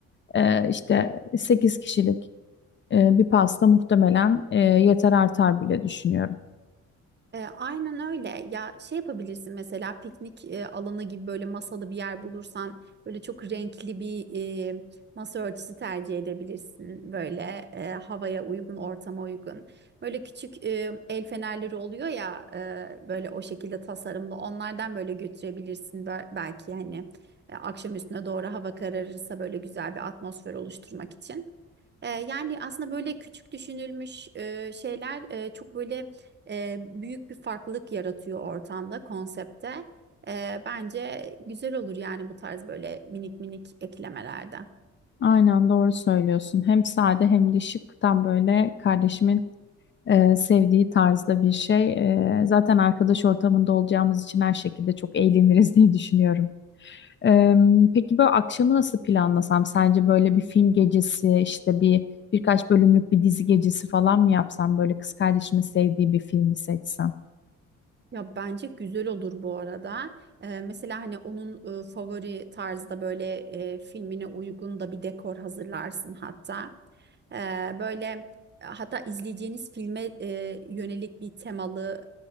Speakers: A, on the left; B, on the right.
A: Ee, işte 8 kişilik e, bir pasta muhtemelen e, yeter artar bile düşünüyorum.
B: E, aynen öyle. Ya şey yapabilirsin mesela piknik e, alanı gibi böyle masalı bir yer bulursan böyle çok renkli bir e, masa örtüsü tercih edebilirsin. Böyle e, havaya uygun, ortama uygun. Böyle küçük e, el fenerleri oluyor ya e, böyle o şekilde tasarımlı. Onlardan böyle götürebilirsin Bel- belki hani e, akşam üstüne doğru hava kararırsa böyle güzel bir atmosfer oluşturmak için. Ee, yani aslında böyle küçük düşünülmüş e, şeyler e, çok böyle e, büyük bir farklılık yaratıyor ortamda, konsepte. Ee, bence güzel olur yani bu tarz böyle minik minik eklemelerden.
A: Aynen doğru söylüyorsun. Hem sade hem de şık. Tam böyle kardeşimin e, sevdiği tarzda bir şey. E, zaten arkadaş ortamında olacağımız için her şekilde çok eğleniriz <laughs> diye düşünüyorum. E, peki böyle akşamı nasıl planlasam? Sence böyle bir film gecesi, işte bir birkaç bölümlük bir dizi gecesi falan mı yapsam? Böyle kız kardeşimin sevdiği bir filmi seçsem.
B: Ya bence güzel olur bu arada. Ee, mesela hani onun e, favori tarzda böyle e, filmine uygun da bir dekor hazırlarsın hatta. Ee, böyle e, hatta izleyeceğiniz filme e, yönelik bir temalı